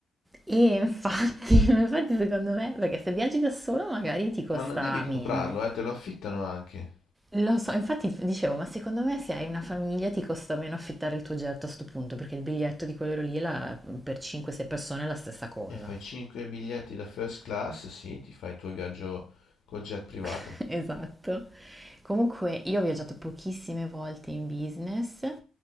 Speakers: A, on the right; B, on the left.
A: E infatti, <laughs> infatti secondo me, perché se viaggi da solo magari ti costa
B: Ma non devi comprarlo,
A: meno.
B: eh, te lo affittano anche.
A: Lo so, infatti dicevo, ma secondo me se hai una famiglia ti costa meno affittare il tuo jet a sto punto, perché il biglietto di quello lì è la- per 5-6 persone è la stessa cosa.
B: E fai 5 biglietti da first class, sì, ti fai il tuo viaggio col jet privato.
A: <laughs> Esatto. Comunque io ho viaggiato pochissime volte in business,